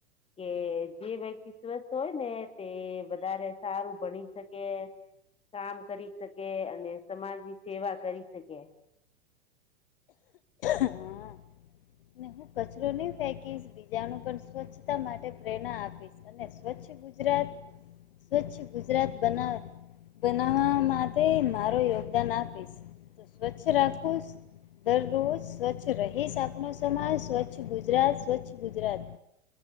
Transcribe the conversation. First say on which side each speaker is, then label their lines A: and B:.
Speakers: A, on the left; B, on the left.
A: કે જે વ્યક્તિ સ્વસ્થ હોય ને તે વધારે સારું ભણી શકે. કામ કરી શકે અને સમાજની સેવા કરી શકે.
B: હા. ને હું કચરો ની ફેકીશ બીજાને પણ સ્વચ્છતા માટે પ્રેરણા આપીશ. અને સ્વચ્છ ગુજરાત સ્વચ્છ ગુજરાત બનાવ બનાવવા માટે મારો યોગદાન આપીશ. તો સ્વચ્છ રાખું. દરરોજ સ્વચ્છ રહીશ આપનો સમાજ સ્વચ્છ ગુજરાત સ્વચ્છ ગુજરાત